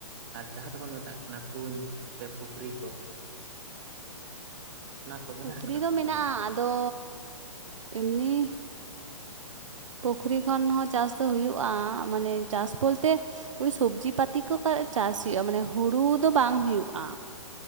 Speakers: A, on the right; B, on the right.
A: ᱟᱨ ᱡᱟᱦᱟᱸ ᱫᱚᱵᱚᱱ ᱢᱮᱛᱟᱜ ᱠᱟᱱᱟ ᱠᱩᱧ ᱥᱮ ᱯᱩᱠᱷᱨᱤ ᱠᱚ ᱚᱱᱟ ᱠᱚ ᱢᱮᱱᱟᱜ
B: ᱯᱩᱠᱷᱨᱤ
A: ᱟᱠᱟᱫᱟ
B: ᱫᱚ
A: ᱥᱮ ᱵᱟᱝ
B: ᱢᱮᱱᱟᱜᱼᱟ᱾
A: ᱟᱵᱤᱱ?
B: ᱟᱫᱚ ᱮᱢᱱᱤ ᱯᱩᱠᱷᱨᱤ ᱠᱷᱚᱱ ᱦᱚᱸ ᱪᱟᱥ ᱫᱚ ᱦᱩᱭᱩᱜᱼᱟ᱾ ᱢᱟᱱᱮ ᱪᱟᱥ ᱵᱚᱞᱛᱮ ᱥᱚᱵᱽᱡᱤ ᱯᱟᱹᱛᱤ ᱠᱚ ᱪᱟᱥ ᱦᱩᱭᱩᱜᱼᱟ ᱢᱟᱱᱮ ᱦᱩᱲᱩ ᱫᱚ ᱵᱟᱝ ᱦᱩᱭᱩᱜᱼᱟ᱾